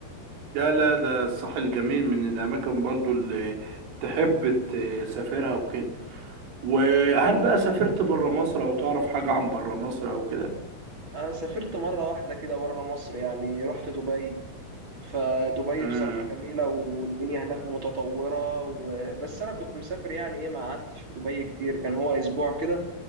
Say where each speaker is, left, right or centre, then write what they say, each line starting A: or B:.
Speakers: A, on the right (about 75°); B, on the right (about 25°).
A: لا لا ده الساحل جميل من الاماكن برضو اللي تحب تسافرها وكده وهل بقى سافرت بره مصر او تعرف حاجة عن بره مصر او كده
B: أنا سافرت مرة واحدة كده بره مصر يعني رحت دبي فدبي
A: امم
B: بصراحة جميلة والدنيا هناك متطورة و... بس أنا كنت مسافر يعني إيه ما قعدتش في دبي كتير كان هو أسبوع كده